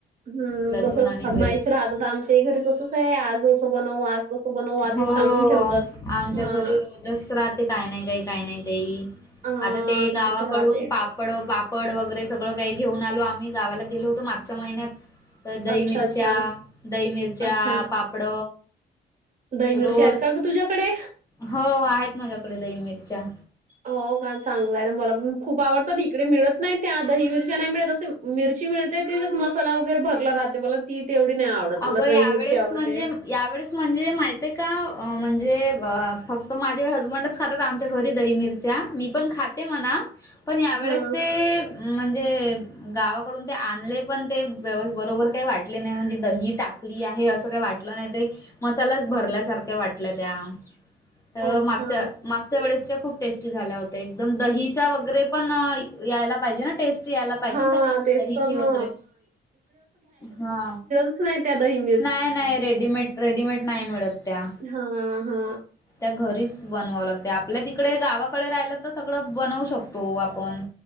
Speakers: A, on the right (about 45°); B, on the left (about 15°).
A: हम्!
B: लसूण
A: तसच
B: आणि
A: फर्माईश
B: मिरचीचा
A: राहत होता, आमच्या घरी तसच आहे, आज असं बनव, आज तसं बनव आधीच
B: हो,
A: सांगून ठेवतात
B: आमच्या
A: हा
B: घरी रोजच रात काय नाही काई, काय नाही काई,
A: हा
B: आता ते
A: तसच
B: गावाकडून
A: राहते
B: पा पापड वगैरे सगळं काही घेऊन आलो आम्ही, गावाला गेलो होतो मागच्या महिन्यात तर दही
A: अच्छा
B: मिरच्या,
A: अच्छा
B: दही मिरच्या,
A: अच्छा
B: पापड
A: दही मिरच्या
B: रोज
A: आहेत का ग तुझ्याकडे?
B: हो, आहेत माझ्याकडे दही मिरच्या.
A: हो का, चांगला आहे ना, मला पण खूप आवडतात, इकडे मिळत नाही त्या, दही मीरच्या नाही मिळत असे मिरची मिळते, तेझात मसाला वगैरे भरला राहते, मला ती तेवी नाही आवडत,
B: अगं
A: मला
B: यावेळेस
A: दही मिरची आवडते.
B: म्हणजे यावेळेस म्हणजे माहित आहे का, म्हणजे फक्त माझे हजबंड खातात आमच्या घरी दही मिरच्या, मी पण खाते म्हणा, पण यावेेळेस
A: हा
B: ते म्हणजे गावाकडून ते आणले पण, ते बरोबर काही वाटले नाही म्हणजे दही टाकली आहे असं काही वाटलं नाही, ते मसालाच भरल्यासारख्या वाटल्या त्या. अ
A: अच्छा
B: मागच्या -माग वेळेसच्या खूप टेस्टी झाल्या होत्या एकदम दहीच्या वगैरे पण यायला पाहिजे ना टेस्ट. यायला पाहिजे
A: हा
B: त्याच्यामध्ये
A: तेच
B: दहीची
A: तर
B: वगैरे
A: ना
B: हा.
A: च नाही त्या दहीणी.
B: नाय नाय रेडीमेड -रेडीमेड नाही मिळत त्या.
A: हा हा.
B: त्या घरीच बनवावं लागते आपल्या तिकडे गावाकडे राहिलं तर सगळं बनवू शकतो आपण.